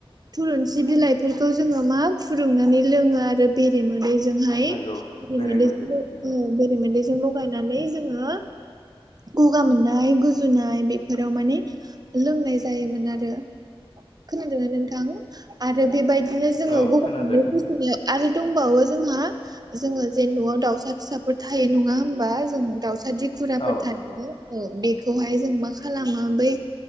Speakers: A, on the right; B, on the left.
A: थलुंसि बिइलाइ बेफोरखौ जोङो मा फुदुंनानै लोङो आरो बेरे मोदैजोंहाय
B: नंगौ
A: बेरेमोदैजों
B: बेरेमोदै नंगौ
A: बेरेमोदैजों लगायनानै जोङो गगा मोननाय गुजुनाय बेफोराव माने लोंनाय जायोमोन आरो खोनादों ना नोंथां? आरो बेबायदिनो जोङो
B: औ खोनादों
A: गंगा मोननाय
B: नोंथां
A: गुजुनायाव आरो दंबावो जोंहा जोङो जे न'आव दाउसा फिसाफोर थायो नङा होमबा जों दाउसाद गुराफोर
B: औ नंगौ
A: औ बेखौहाय जों मा खालामो बै